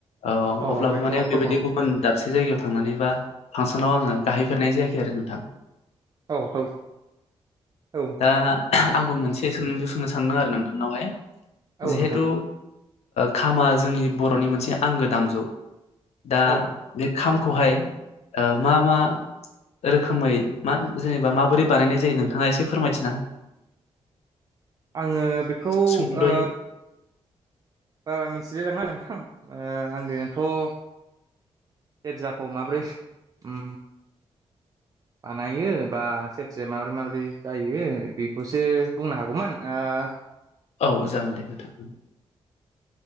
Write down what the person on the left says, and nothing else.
औ
अब्लाबो
माने
आं बेबायदि
गुबुन दाबसे जायगायाव थांनानै बा फांसनाव आङो गाहायफेरनाय जायाखै आरो नोंथां।
दा
आंबो मोनसे सोंलु सों बुंनो सानदों आरो नोंथांनावहाय
जिहेथु
खामा जोंनि बर'नि मोनसे आंगो दामजु दा
बे खामखौहाय ओ मा मा रोखोमै मा जेनेबा माबोरै बानायनाय जायो नोंथाङा एसे फोरमायथि
सुंद'यै
औ जागोन दे नोंथां।